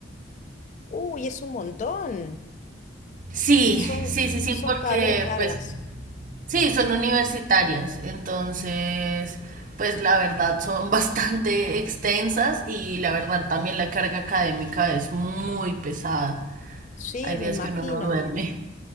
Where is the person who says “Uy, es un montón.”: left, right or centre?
Left